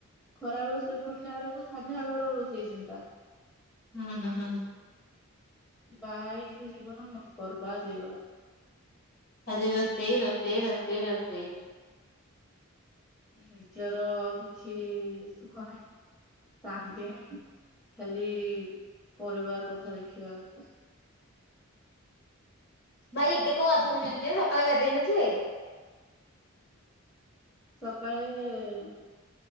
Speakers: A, on the left; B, on the left.
A: ଖରାବେଳେ ଶୋଇକି ଉଠିଲା ବେଳକୁ ସନ୍ଧ୍ୟା ବେଳର ରୋଷେଇ ଚିନ୍ତା।
B: ହୁଁ ହୁଁ ହୁଁଁ!
A: ବାହା ହେଇକି ଜୀବନ ନା ବର୍ବାଦ ହେଇଗଲା।
B: ଖାଲି ରୋଷେଇ ରୋଷେଇ ରୋଷେଇ ରୋଷେଇ।
A: ନିଜର- ଅ-କିଛି- ସୁଖ ନାହିଁ। ଶାନ୍ତି ନାହିଁ। ଖାଲି ପରିବାର କଥା ଦେଖିବା କଥା।
B: ଭାଇ ଏବେ କଣ ଗାଧଉଛନ୍ତି ଯେ! ସକାଳେ ଗାଧେଇ ନଥିଲେ?
A: ସକାଳେ- ଏ